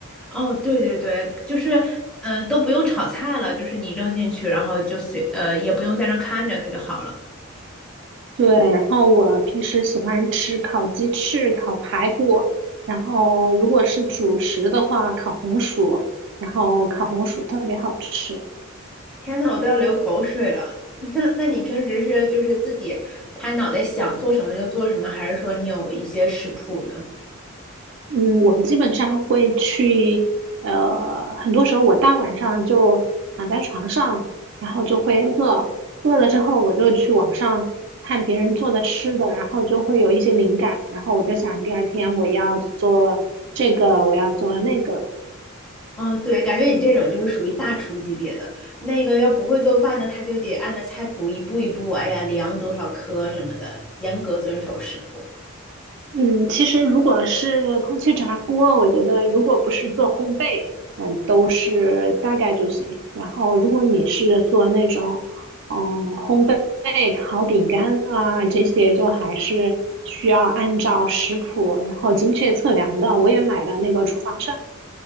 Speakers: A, in the centre; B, on the right.
A: 哦，对对对，就是，嗯、都不用炒菜了，就是你扔进去，然后就随，呃，也不用在那儿看着它就好了。
B: 对，然后我平时喜欢吃烤鸡翅、烤排骨，然后如果是主食的话，烤红薯，然后烤红薯特别好吃。
A: 天呐，我都要流口水了。<laughs> 那那你平时是就是自己拍脑袋想做什么就做什么，还是说你有一些食谱呢？
B: 嗯，我基本上会去，呃，很多时候我大晚上就躺在床上，然后就会饿，饿了之后我就去网上看别人做的吃的，然后就会有一些灵感，然后我就想第二天我要做这个，我要做那个。
A: 嗯，对，感觉你这种就是属于大厨级别的，那个要不会做饭呢，他就得按照菜谱一步一步，哎呀，量多少克什么的，严格遵守食谱。
B: 嗯，其实如果是空气炸锅，我觉得如果不是做烘焙，嗯，都是大概就行。然后如果你是做那种，嗯，烘焙烤饼干啊这些，就还是需要按照食谱，然后精确测量的。我也买了那个厨房秤，